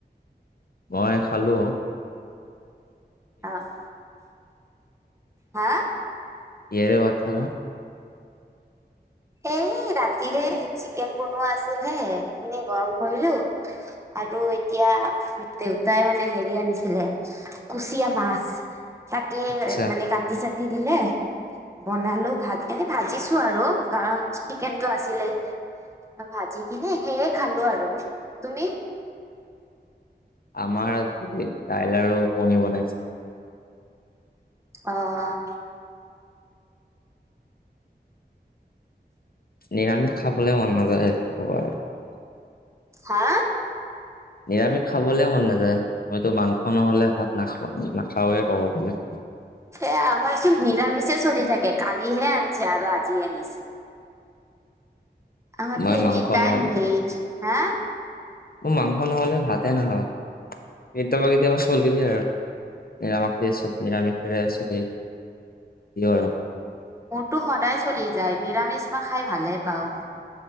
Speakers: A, on the left (about 55°); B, on the right (about 15°).
A: মই খালোঁ।
B: অ' হা
A: কিহেৰে ভাত খালা?
B: এই ৰাতিৰে চিকেন বনোৱা আছিলে, হেইখিনি গৰম কৰিলোঁ। আৰু এতিয়া দেউতাই মানে হেৰি আনিছিলে। কুচিয়া মাছ। তাকে
A: আচ্ছা,
B: মানে কাটি চাটি দিলে বনালো, ভাত এনে ভাজিছো আৰু কাৰণ চিকেনটো আছিলে। ভাজি কিনে সেয়ে খালোঁ আৰু তুমি?
A: আমাৰ আজি দাইল আৰু কণী বনাইছে।
B: অহ'
A: নিৰামিষ খাবলৈ মন নাযায় আৰু কি ক'বা আৰু।
B: হা
A: নিৰামিষ খাবলৈ মন নাযায়। মইতো মাংস নহ'লে ভাত নাখাওঁ নাখাওঁৱে ক'ব গ'লে।
B: সেই আমাৰ চোন নিৰামিষে চলি থাকে। কালিহে আনিছে আৰু আজি আনিছে। আমাৰতো
A: মই
B: এনেই
A: মাংস
B: টাইম
A: নহ'লে
B: ভেজ, হা।
A: মই মাংস নহ'লে ভাতে নাখাওঁ। কেতিয়াবা কেতিয়াবা চলি যাই আৰু। নিৰামিষ চ'ব নিৰামিষৰে চলে কিহৰ ৰং
B: মোৰতো সদায় চলি যায়, নিৰামিষ মই খাই ভালে পাওঁ।